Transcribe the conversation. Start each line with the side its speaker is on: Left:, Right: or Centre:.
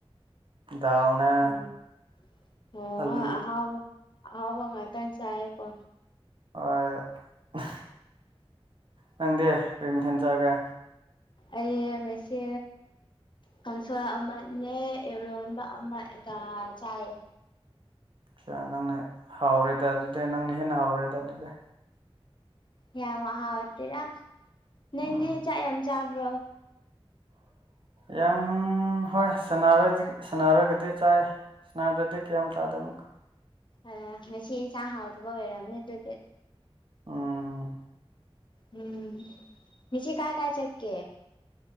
Right: ꯗꯥꯜꯅꯦ
Left: ꯎꯝ ꯑꯣ
Right: ꯑꯂꯨ
Left: ꯑꯍꯥꯎꯕ ꯑꯍꯥꯎꯕ ꯉꯥꯛꯇꯪ ꯆꯥꯌꯦꯀꯣ
Right: ꯍꯣꯏ ꯅꯪꯗꯤ ꯀꯩ ꯃꯊꯦꯟ ꯆꯥꯒꯦ
Left: ꯑꯩꯌꯦ ꯉꯁꯤ ꯀꯥꯡꯁꯣꯏ ꯑꯃꯅꯦ ꯏꯔꯣꯟꯕ ꯑꯃꯒ ꯆꯥꯏꯌꯦ
Right: ꯑꯆꯥ ꯅꯪꯅ ꯍꯥꯎꯔꯦꯗ ꯑꯗꯨꯗꯤ ꯅꯪꯅ ꯍꯦꯟꯅ ꯍꯥꯎꯔꯦꯗ ꯑꯗꯨꯗꯤ
Left: ꯌꯥꯝ ꯍꯥꯎꯇꯦꯗ ꯅꯪꯗꯤ
Right: ꯎꯝ
Left: ꯆꯥꯛ ꯌꯥꯝ ꯆꯥꯕ꯭ꯔꯣ
Right: ꯌꯥꯝ ꯍꯣꯏ ꯁꯅꯔꯗꯤ ꯁꯅꯔꯒꯗꯤ ꯆꯥꯏ ꯁ꯭ꯅꯥꯗꯗꯤ ꯀꯩꯝ ꯆꯥꯗꯦ ꯑꯃꯨꯛꯀ
Left: ꯑꯩꯌꯥ ꯉꯁꯤ ꯏꯟꯁꯥꯡ ꯍꯥꯎꯗꯕ ꯑꯣꯏꯔꯝꯅꯤ ꯑꯗꯨꯗꯤ
Right: ꯎꯝ
Left: ꯎꯝ ꯉꯁꯤ ꯀꯥꯏ ꯀꯥꯏ ꯆꯠꯛꯦ